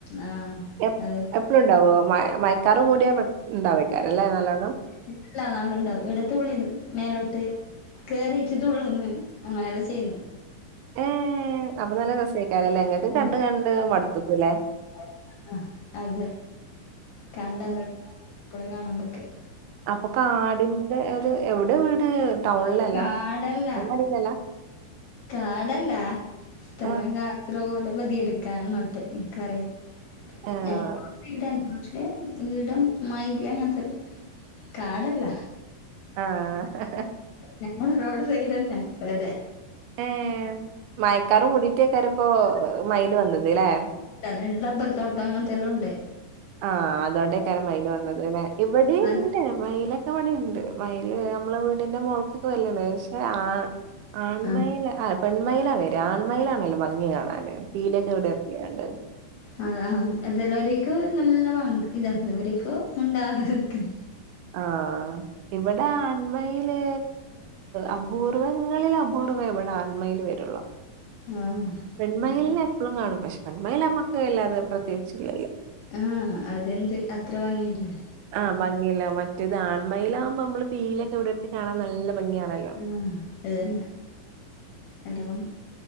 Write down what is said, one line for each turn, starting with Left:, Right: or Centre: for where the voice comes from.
Left: ആഹ്
Right: എപ്പ്
Left: അതെ
Right: എപ്പളുണ്ടാവോ മ മയക്കാറ് മൂടിയാ ഉണ്ടാവേക്കാരല്ലേ നല്ലോണം
Left: വീട്ട്ലാ നല്ല ഉണ്ടാവും ഇട്ത്തുള്ളിന്ന് മേലോട്ട് കേറിഇര്ന്ന് ഉള്ള്ന്ന് അങ്ങനെല്ലാം ചെയ്യുന്ന്.
Right: ഏഹ് അപ്പ നല്ല രസ. സേയ്ക്കരെല്ലേ ഇങ്ങക്ക് കണ്ട്
Left: ഉം
Right: കണ്ട് മട്ത്ത്ക്കുല്ലേ.
Left: ആഹ് അതെ കണ്ടന്ന് എപ്പളും കാണുമ്പൊക്ക്.
Right: അപ്പൊ കാടിന്റെ ഒരു എവിടെ വീട്. ടൗണിലല്ല
Left: കാടല്ല
Right: അങ്ങാടിയിലല്ല
Left: കാടല്ല സ്ഥലം
Right: ആഹ്
Left: കാ റോഡ് ബതിയെടുക്കാ ഇങ്ങോട്ട് എനിക്കറിയ
Right: ആഹ്
Left: ഞ <unintelligible> പക്ഷെ ഈടം മയില് അങ്ങത്തെ കാടല്ല.
Right: ആഹ്.
Left: ഞമ്മള് റോഡ് സൈഡ്ന്നെ അതെ.
Right: ഏഹ് മയക്കാറ് മൂടിട്ടേക്കാര്പ്പോ മയില് വന്നത് ല്ലെ.
Left: അത് ഡബ്ബർ തോട്ടം അങ്ങനത്തെല്ലോണ്ട്.
Right: ആഹ് അതുകൊണ്ടേക്കാരം മയില് വന്നത് ല്ലെ ഇവിടെണ്ട്
Left: ആഹ് ആഹ്
Right: മയിലൊക്കെ ഇവിടിണ്ട്. മയില് നമ്മളെ വീടിന്റെ മോള്ക്കൊക്കെ വരല്ണ്ട് പക്ഷെ ആ ആൺമയില്.
Left: ആഹ്
Right: പെൺമയിലാ വരാ ആൺമയിലാണല്ലോ ഭംഗി കാണാന് പീലിഒക്കെ വിടെർത്തിയണ്ട്.
Left: അ അതെല്ലാരീക്കും നല്ല ഇതാക്കും ഇവര്ക്ക് മുണ്ടാതിക്കും.
Right: ആഹ്. ഇവിടെ ആൺമയില് അപൂർവങ്ങളിൽ അപൂർവ ഇവിടെ ആൺമയില് വ രുള്ളു
Left: ആ
Right: പെൺമയിലിന
Left: ഇതാ.
Right: എപ്പഴും കാണും പക്ഷെ പെൺ മയില്മ്മക്ക് വല്ലാതെ പ്രത്യേകിച്ചില്ലല്ലോ.
Left: ആഹ് അതെന്ത് അത്ര ഭംഗില്ലേ.
Right: ആഹ് ഭംഗിയില്ല മറ്റേത് ആൺമയിലാകുമ്പോ നമ്മള് പീലിക്കെവിടെർത്തി കാണാൻ നല്ല ഭംഗിയാണല്ലോ
Left: ആഹ് അതന്നെ നല്ല ഭംഗി